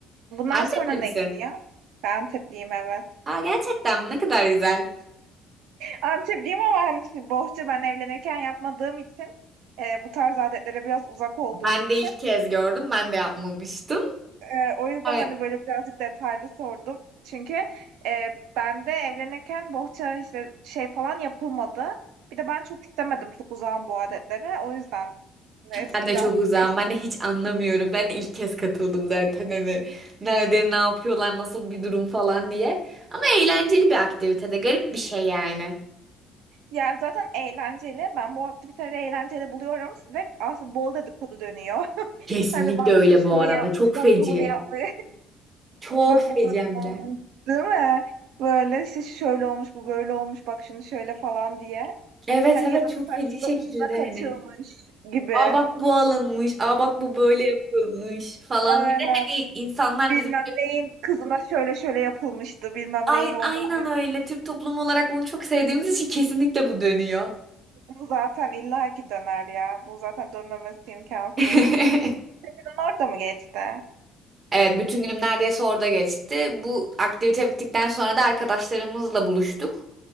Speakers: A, on the right; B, on the right.
A: Bundan
B: Antepli
A: sonra ne
B: misin?
A: geliyor? Ben Antepliyim evet.
B: Aa gerçekten mi? Ne kadar güzel.
A: Antepliyim ama hani şimdi bohça ben evlenirken yapmadığım için e, bu tarz adetlere biraz uzak olduğum
B: Ben
A: için
B: de ilk kez gördüm. Ben de yapmamıştım.
A: e, o yüzden
B: Ay,
A: hani böyle birazcık detaylı sordum. Çünkü e, ben de evlenirken bohça işte şey falan yapılmadı. Bir de ben çok istemedim çok uzağım bu adetlere. O yüzden neyse,
B: Ben de
A: biraz
B: çok uzağım.
A: değişti.
B: Ben de hiç anlamıyorum. Ben de ilk kez katıldım zaten hani. Nerede ne yapıyorlar, nasıl bir durum falan diye. Ama eğlenceli bir aktivitede. Garip bir şey yani.
A: Yani zaten eğlenceli. Ben bu aktiviteleri eğlenceli buluyorum ve aslında bol dedikodu dönüyor. <laughs>
B: Kesinlikle
A: Hani bak
B: öyle
A: şu şunu
B: bu arada.
A: yapmış,
B: Çok
A: bak
B: feci.
A: bu bunu yapmış.
B: Çok
A: Bak
B: feci
A: bu böyle
B: hem de.
A: olmuş değil mi? Böyle işte şöyle olmuş bu böyle olmuş bak şunu şöyle falan diye.
B: Evet
A: Hani
B: evet
A: ya da
B: çok
A: mesela
B: feci
A: şurada
B: şekilde
A: ucuza kaçılmış
B: hani.
A: gibi.
B: Aa bak bu alınmış. Aa bak bu böyle yapılmış falan.
A: Aynen.
B: Bir de hani insanlar
A: Bilmem
B: bizim
A: neyin kızına şöyle şöyle yapılmıştı. Bilmem
B: Ay-
A: neyin oğluna
B: aynen
A: bu yapıldı.
B: öyle. Türk toplumu olarak bunu çok sevdiğimiz için kesinlikle bu dönüyor.
A: Bu zaten illaki döner ya. Bu zaten dönmemesi imkansız.
B: <laughs>
A: Sizin orada mı geçti?
B: Evet, bütün günüm neredeyse orada geçti. Bu aktivite bittikten sonra da arkadaşlarımızla buluştuk.